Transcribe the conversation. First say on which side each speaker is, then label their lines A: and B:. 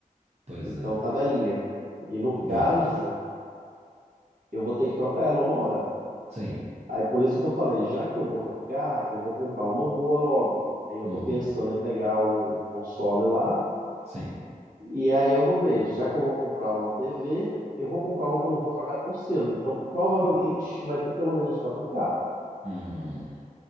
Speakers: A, on the right; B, on the right.
A: pois
B: então
A: é.
B: tá velhinha. E no caso,
A: Nó.
B: eu vou ter que trocar ela uma hora.
A: Sim.
B: Aí por isso que eu falei, já que eu vou tocar, eu vou comprar uma boa logo. Aí eu
A: Hum,
B: tô pensando em pegar o console lá,
A: sim.
B: e aí eu vou ver, já que eu vou comprar uma TV, eu vou comprar uma que eu não vou trocar tão cedo. Então provavelmente vai ter pelo menos 4K.
A: Hum.